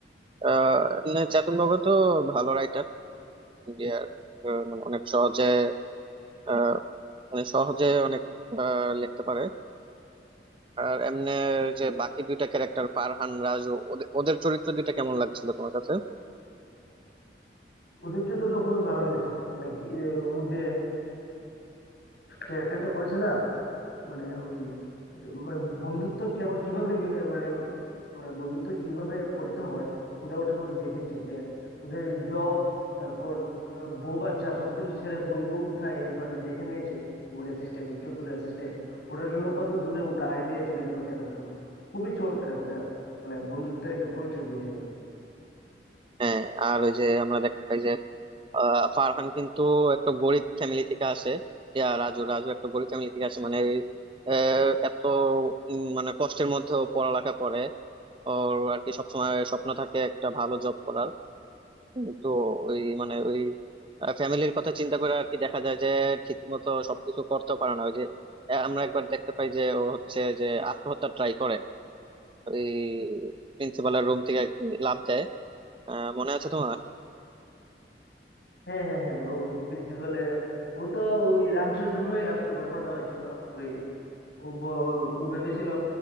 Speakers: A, on the right (about 30°); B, on the left (about 70°).
A: আহ, এমনি চেতন ভগত ভালো রাইটার ইন্ডিয়ার আহ, মানে অনেক সহজে আহ, মানে সহজে অনেক আহ, লিখতে পারে আর এমনি যে বাকি দুইটা ক্যারেক্টার ফারহান রাজু ওদের ওদের চরিত্র দুইটা কেমন লাগছিল তোমার কাছে
B: ওদের চরিত্রটা খুবই ভালো লেগেছে মানে কি- এ, ও যে ক্যারেক্টারটা করেছে না মানে ওই মানে বন্ধুত্ব কেমন কিভাবে নি- মানে মানে বন্ধুত্ব কিভাবে করতে হয় ওরা ওটার মধ্যে দেখে এসেছে যে ওদের জব তারপর আহ, বউ বাচ্চা সবকিছু ছেড়ে বন্ধু কোথায় একবার দেখে নিয়েছে ওর অ্যাসিস্ট্যান্ট ওর চতুর অ্যাসিস্ট্যান্ট ওটার জন্য কত দূরে ও গাড়ি দিয়ে চলে গেল দেখার জন্য খুবই চমৎকার একটা মানে বন্ধুত্বের একটা পরিচয় দিয়েছে ওরা
A: হ্যাঁ আর ওই যে আমরা দেখতে পাই যে আহ ফারহান কিন্তু একটা গরিব ফ্যামিলি থেকে আসে ইয়া রাজু রাজু একটা গরিব ফ্যামিলি থেকে আসে মানে আহ, এত উম, মানে কষ্টের মধ্যেও পড়ালেখা করে ওর আর কি সবসময় স্বপ্ন থাকে একটা ভালো জব করার কিন্তু ওই মানে ওই ফ্যামিলির কথা চিন্তা করে আর কি দেখা যায় যে ঠিক মতো সবকিছু করতেও পারে না ওই যে আহ, আমরা একবার দেখতে পাই যে ও হচ্ছে যে আত্মহত্যা ট্রাই করে ওই প্রিন্সিপালের রুম থেকে আর কি লাফ দেয় আহ, মনে আছে তোমার
B: হ্যাঁ হ্যাঁ হ্যাঁ ও প্রিন্সিপালে ও তো ওই রাঞ্চোর জন্যই আসলে ঘটনাটা হয়েছিল ওই ও ব- ও ভেবেছিল